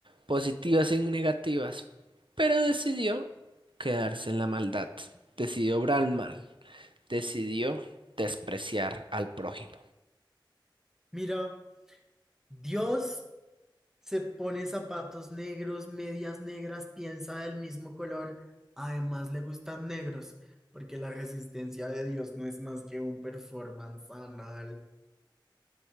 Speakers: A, on the right; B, in the centre.
A: positivas y negativas, pero decidió quedarse en la maldad, decidió obrar mal, decidió despreciar al prójimo.
B: Mira, Dios se pone zapatos negros, medias negras, piensa del mismo color, además le gustan negros, porque la resistencia de Dios no es más que un performance anal.